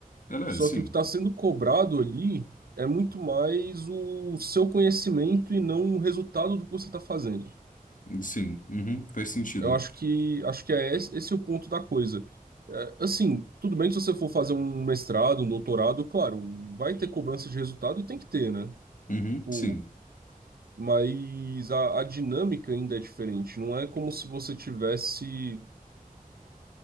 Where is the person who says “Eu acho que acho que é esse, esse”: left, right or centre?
Right